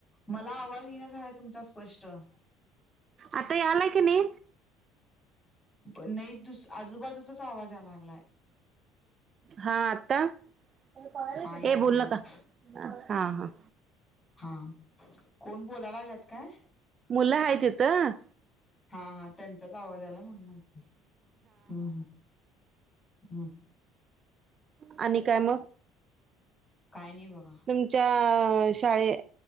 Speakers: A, on the left (about 15°); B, on the right (about 40°).
A: मला आवाज इना झालाय तुमचा स्पष्ट
B: आता यालाय की नाही
A: नाही दुस आजूबाजूचाच आवाज यायला लागलाय.
B: हा आता ए
A: हा या लागला
B: बोलू
A: आता
B: नका हा हा
A: हा कोण बोलाय लागल्यात काय?
B: मुलं आहेत इथं
A: हा हा त्यांचाच आवाज आलाय म्हणून म्हटलं हा हा हम्म
B: आणि काय मग?
A: काय नाही बघा.
B: तिच्या शाळे